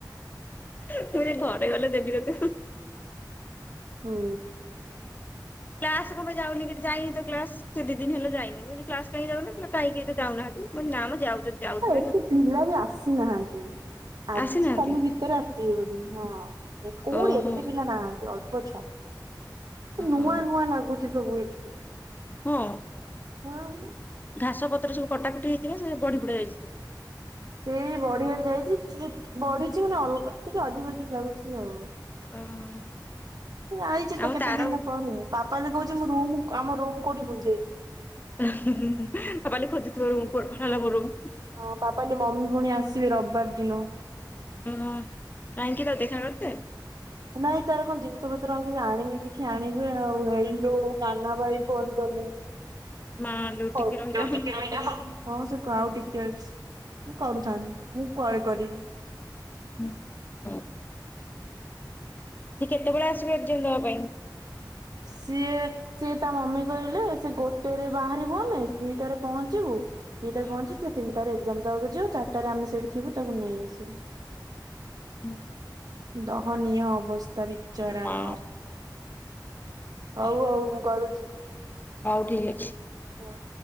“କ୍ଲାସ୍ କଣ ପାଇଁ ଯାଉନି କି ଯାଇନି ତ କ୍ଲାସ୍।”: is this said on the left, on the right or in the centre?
Left